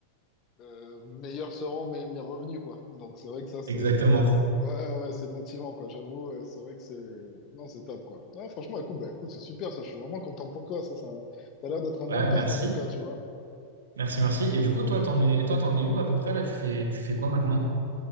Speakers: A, on the left; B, on the right.
A: euh, meilleurs seront mes, mes revenus, quoi. Donc c'est vrai que ça, c'est
B: Exactement.
A: euh, ouais, ouais, c'est motivant, quoi. J'avoue, euh, c'est vrai que c'est... Non, c'est top, quoi. Ouais, franchement, écoute, bah, écoute, c'est super, ça. Je suis vraiment content pour toi, ça. Ça, ça a l'air d'être un bon
B: Ouais,
A: poste,
B: merci.
A: en tout cas, tu vois.
B: Merci, merci. Et du coup, toi, t'en es, toi, t'en es où à peu près là? Tu fais, tu fais quoi maintenant?